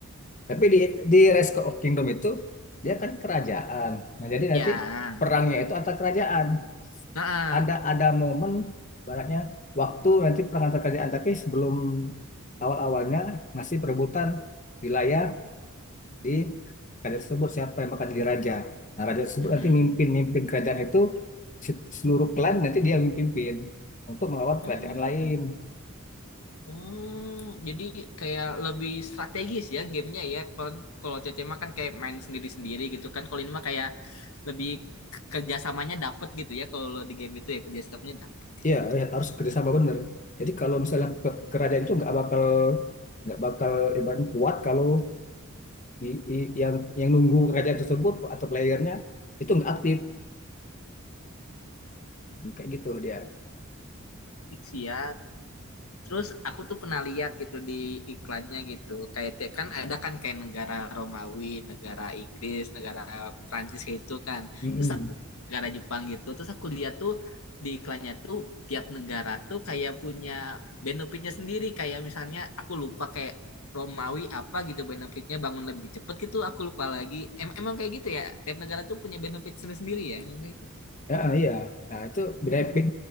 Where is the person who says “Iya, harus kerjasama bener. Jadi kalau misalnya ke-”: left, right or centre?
Left